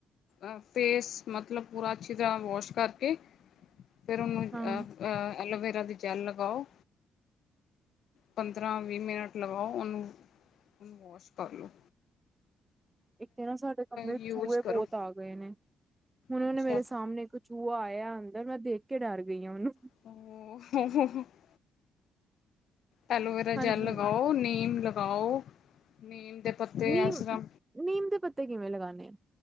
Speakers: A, on the left; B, on the right.
A: ਅ ਫੇਸ ਮਤਲਬ ਪੂਰਾ ਅੱਛੀ ਤਰ੍ਹਾਂ ਵਾਸ਼ ਕਰਕੇ ਫੇਿਰ ਉਹਨੂੰ ਅ
B: ਹਾਂ
A: ਅਹ ਐਲੋਵੇਰਾ ਦੀ ਜੈਲ ਲਗਾਓ ਪੰਦਰਾਂ ਵੀਹ ਮਿੰਟ ਲਗਾਓ ਉਹਨੂੰ ਉਹਨੂੰ ਵੋਸ਼ ਕਰ ਲਉ
B: ਇੱਕ ਤੇ ਨਾ ਸਾਡੇ ਕਮਰੇ ਚ
A: ਯੂਜ
B: ਚੂਹੇ
A: ਕਰੋ
B: ਬਹੁਤ ਆ ਗਏ ਨੇ ਹੁਣ ਉਹਨੇ
A: ਅੱਛਾ
B: ਮੇਰੇ ਸਾਹਮਣੇ ਇੱਕ ਚੂਹਾ ਆਇਆ ਅੰਦਰ ਮੈਂ ਦੇਖ ਕੇ ਡਰ ਗਈ ਹਾਂ ਉਹਨੂੰ
A: <unintelligible> ਐਲੋਵੇਰਾ ਜੈੱਲ
B: ਹਾਂਜੀ
A: ਲਗਾਓ ਨੀਮ ਲਗਾਓ ਨੀਮ ਦੇ ਪੱਤੇ
B: ਨੀਮ
A: ਇਸ ਤਰ੍ਹਾਂ
B: ਨੀਮ ਦੇ ਪੱਤੇ ਕਿਵੇਂ ਲਗਾਉਂਣੇ ਆ